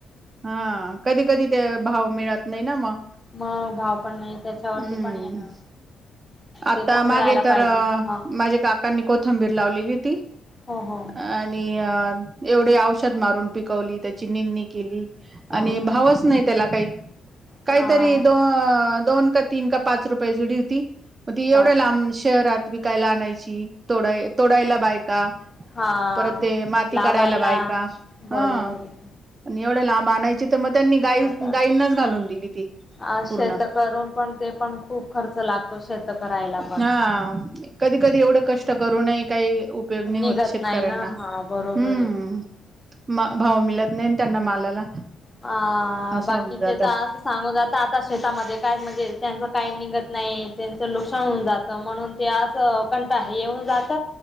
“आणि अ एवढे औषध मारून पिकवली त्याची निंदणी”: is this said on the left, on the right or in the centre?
Right